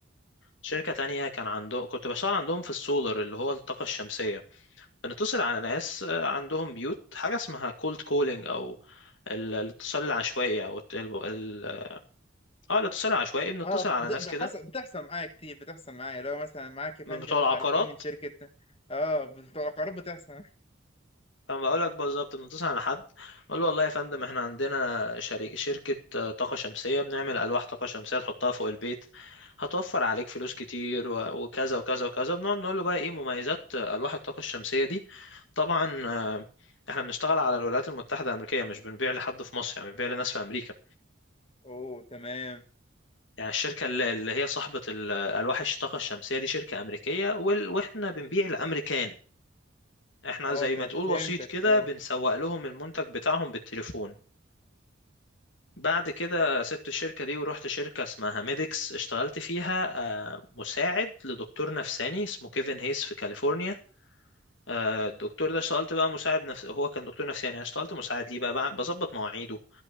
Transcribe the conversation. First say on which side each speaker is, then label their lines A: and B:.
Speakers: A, on the left; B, on the left.
A: شركة تانية كان عندهم كنت بشتغل عندهم في السولر اللي هو الطاقة الشمسية بنتصل على ناس آه، عندهم بيوت حاجة اسمها كولد كولينج او ال- الاتصال العشوائي او الت- ال... ال- اه الاتصال العشوائي بنتصل
B: اه
A: على
B: بت-
A: ناس
B: بحصل
A: كده
B: بتحصل معايا كتير بتحصل معايا لو مثلا معاك يا
A: من
B: فندم
A: بتوع
B: مش
A: العقارات
B: عارف ايه من شركة اه بتوع القرارات بتحصل
A: اما اقول لك بالظبط بنتصل على حد اقول له والله يا فندم احنا عندنا شريك شركه آه، طاقه شمسيه بنعمل الواح طاقه شمسيه تحطها فوق البيت هتوفر عليك فلوس كتير و- وكذا وكذا وكذا بنقعد نقول له بقى ايه مميزات آه، الواح الطاقه الشمسيه دي طبعا آه، احنا بنشتغل على الولايات المتحده الامريكيه مش بنبيع لحد في مصر يعني بنبيع لناس في امريكا
B: <laughs> اوه تمام
A: يعني الشركه اللي اللي هي صاحبه ال- الواح الطاقه الشمسيه دي شركه امريكيه وال- واحنا بنبيع لامريكان احنا
B: اه
A: زي
B: تم...
A: ما تقول
B: فهمتك
A: وسيط كده
B: اه
A: بنسوق لهم المنتج بتاعهم بالتليفون بعد كده سبت الشركة دي ورحت شركة اسمها ميديكس اشتغلت فيها آه، مساعد لدكتور نفساني اسمه كيفن هيس في كاليفورنيا آه، الدكتور ده اشتغلت بقى مساعد نفس هو كان دكتور نفساني انا اشتغلت مساعد ليه بقى بع- بظبط مواعيده